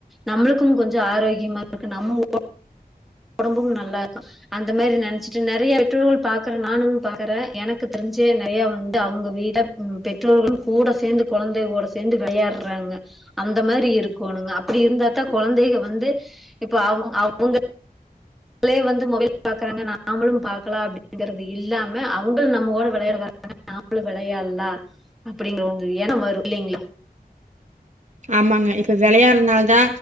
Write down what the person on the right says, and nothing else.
ஆமாங்க இப்ப வெளையாடுறதுனாலதா